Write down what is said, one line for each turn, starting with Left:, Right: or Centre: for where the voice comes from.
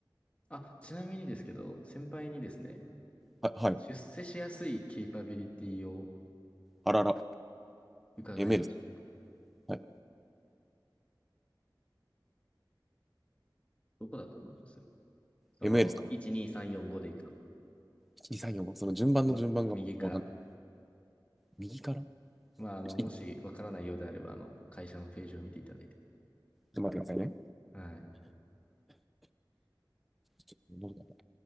Left: あ、ちなみにですけど、先輩にですね、
Centre: は、はい。
Left: 出世しやすいケイパビリティを
Centre: あらら。
Left: 伺いまして、
Centre: MA です。はい。
Left: どこだと思いますその、
Centre: MA ですか
Left: 1、2、3、4、5でいくと、
Centre: ?1、2、3、4、5。その順番の順番がわかんない。
Left: その、右から。
Centre: 右からちょっ
Left: まあ、あの、もしわからないようであれば、
Centre: といちょっ
Left: あの、会社のページを見ていただいて。
Centre: と待ってくださいね。
Left: はい。
Centre: ちょっとどうだろ